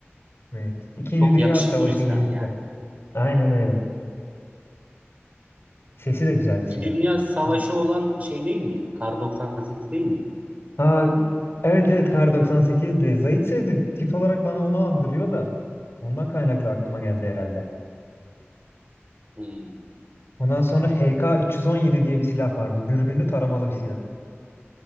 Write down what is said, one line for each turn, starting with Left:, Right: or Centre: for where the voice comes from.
Left: Evet. İkinci
Right: Çok
Left: Dünya
Right: yakışıklı
Left: Savaşı
Right: bir silah
Left: gibi
Right: yani.
Left: silah. Aynen öyle. Sesi de güzeldi
Right: İkinci
Left: silahın.
Right: Dünya Savaşı
Left: Ha,
Right: olan şey değil mi? Kar 98 değil mi?
Left: ha, evet evet Kar 98'di. Zaitsev de tip olarak bana onu andırıyor da ondan kaynaklı aklıma geldi herhalde.
Right: Hmm.
Left: Ondan sonra HK317 diye bir silah vardı. Dürbünlü taramalı bir silah.